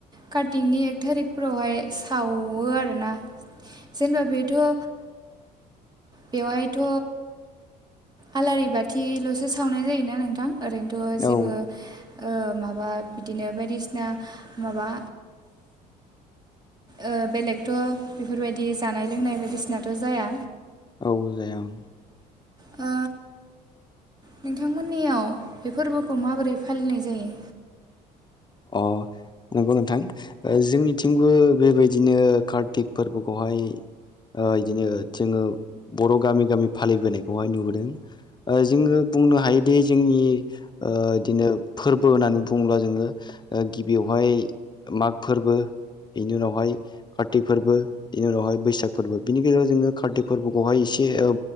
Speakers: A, on the right; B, on the left.
A: कार्तिकनि एक थारिकफोरावहाय साववो आरोना। जेनोबा बेथ' ओ बेवहायथ' आलारि बाथिल'सो सावनाय जायोना नोंथां? ओरैनोथ' जेबो
B: औ
A: ओ माबा बिदिनो बायदिसिना माबा ओ बेलेगथ' बेफोरबायदि जानाय लोंनाय बायदिसिनाथ' जाया?
B: औ जाया ओं।
A: ओ नोंथांमोननियाव बे फोरबोखौ माबोरै फालिनाय जायो?
B: अ। नंगौ नोंथां ओ जोंनिथिंबो बेबायदिनो कार्तिक फोरबोखौहाय ओ बिदिनो जोङो बर' गामि गामि फालिबोनायखौहाय नुबोदों। ओ जोङो बुंनो हायोदि जोंनि ओ बिदिनो फोरबो होननानै बुङोब्ला जोङो ओ गिबियावहाय माग फोरबो बेनि उनावहाय कार्तिक फोरबो बेनि उनावहाय बैसाग फोरबो बिनि गेजेराव जोङो कार्तिक फोरबोखौहाय एसे ओ